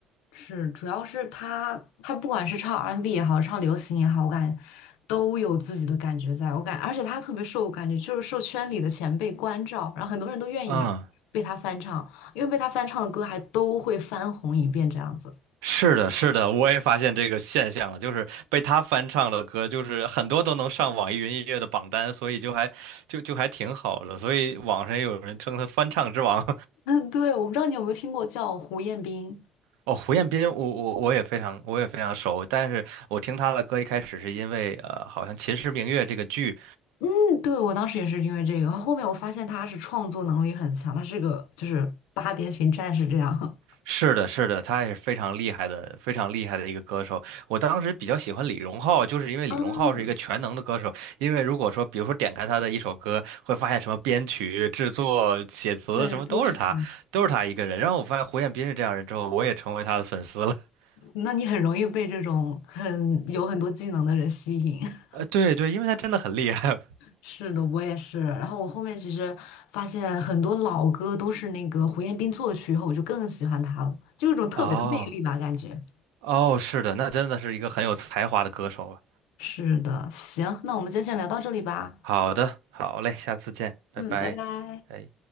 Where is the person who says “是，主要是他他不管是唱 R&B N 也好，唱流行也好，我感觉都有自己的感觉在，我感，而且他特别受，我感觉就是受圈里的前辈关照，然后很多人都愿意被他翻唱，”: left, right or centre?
Left